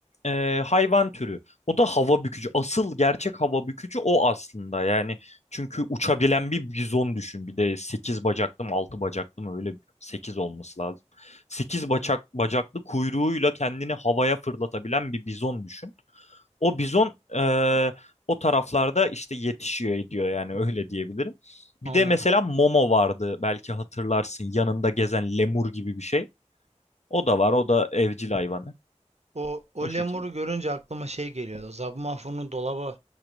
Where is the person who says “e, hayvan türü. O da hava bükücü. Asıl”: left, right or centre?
Left